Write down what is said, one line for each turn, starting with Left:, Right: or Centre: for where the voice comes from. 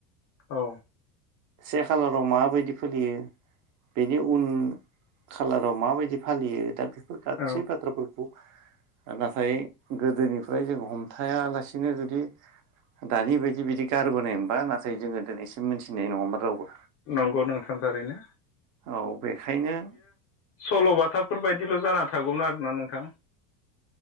Left: औ।
Right: से खालाराव माबायदि फोलियो बेनि उन खालाराव माबायदि फालियो दा बे बेफोर गासै
Left: औ
Right: बाथ्राफोरखौ नाथाय गोदोनिफ्राय जों हमथायालासिनो जुदि दानि बायदि बिदि गारबोनायमोनबा नाथाय जोङो दिनैसिम मोनथिनाय नङामोन। रावबो
Left: नंगौ नोंथांथाररैनो।
Right: औ बेखायनो
Left: सल'बाथाफोर बायदिल' जाना थागौमोन आरोना नोंथां।